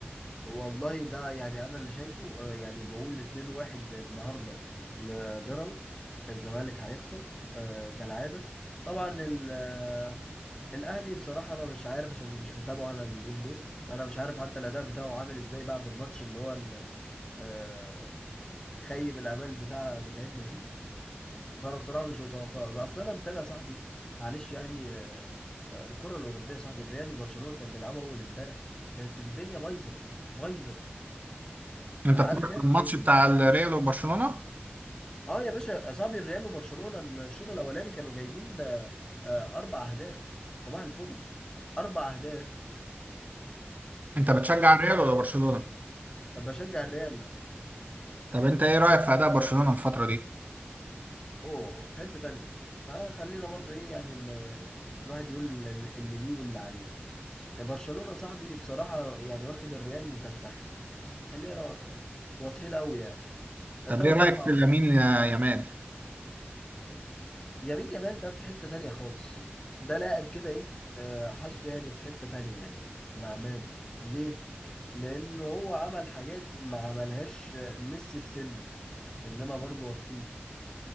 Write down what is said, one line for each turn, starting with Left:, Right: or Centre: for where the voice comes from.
Left: والله ده يعني انا اللي شايفه آه، يعني بقول 2 1 النهارده لبيراميدز الزمالك هيخسر آه، كالعاده طبعا ال- آه، الاهلي بصراحه انا مش عارف عشان مش متابعه انا اليومين دول فانا مش عارف حتى الاداء بتاعه عامل ازاي بعد الماتش اللي هو ال- آه، خيب الامال بتاع بتاعتنا فيه فانا بصراحه مش متوقع اصلا انا متابع صاحبي معلش يعني آه، آه، الكره الاوروبيه صاحبي الريال وبرشلونه كانت بيلعبوا اول امبارح كانت الدنيا بايظه بايظه
Right: انت
Left: عارف
Right: فاكر
Left: كام
Right: الماتش
Left: جايبين
Right: بتاع الريال وبرشلونة
Left: اه يا باشا يا صاحبي الريال وبرشلونة الشوط الاولاني كانوا جايبين آه، آه، اربع اهداف صباح الفل اربع اهداف
Right: انت بتشجع الريال ولا برشلونة
Left: بشجع الريال
Right: طب انت ايه رأيك في اداء برشلونة الفترة دي
Left: اوه في حتة تانية فخلينا برضو ايه يعني ما الواحد يقول اللي اللي ليه واللي عليه برشلونة صاحبي بصراحة يعني واخد الريال مفسح خلينا واضحين قوي يعني تلات
Right: طب ايه رأيك
Left: اربع
Right: في لامين يامال
Left: يمين يامال ده في حتة تانية خالص ده لاعب كده ايه آه، حاسه يعني في حتة تانية يعني بأمانة ليه؟ لأنه هو عمل حاجات ما عملهاش آه، ميسي في سنه عشان نبقى برضه واضحين